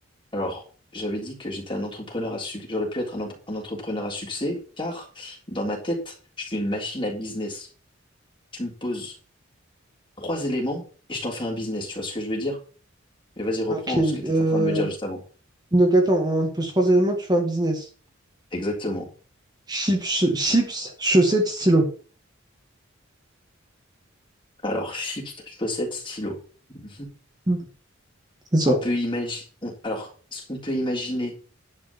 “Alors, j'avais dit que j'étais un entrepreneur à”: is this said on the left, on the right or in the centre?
Left